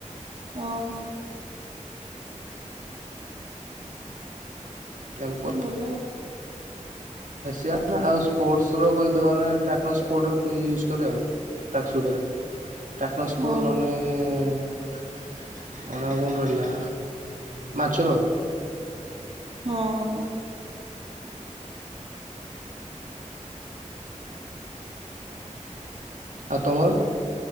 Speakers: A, on the right; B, on the right.
A: ଓ ହୋ।
B: କ୍ୟାମ୍ପସ୍
A: ଭଲ।
B: ଏସିଆନ୍ ଆଉ ସ୍ପୋର୍ଟସର କହିଥା ମାନେ ଟ୍ରାକ୍ନର ସ୍ପୋର୍ଟର ୟୁଜ୍ କରେ ଆଉ ଟ୍ୟାକ୍ ସୁଟେ ଟ୍ୟାକ୍ନ ସ୍ପୋର୍ଟ
A: ଆଉ
B: ନନେ।
A: ହଁ
B: ଓ କଣ ରହିଲା ମାଛର
A: ହଁ
B: ଆ ତୁମର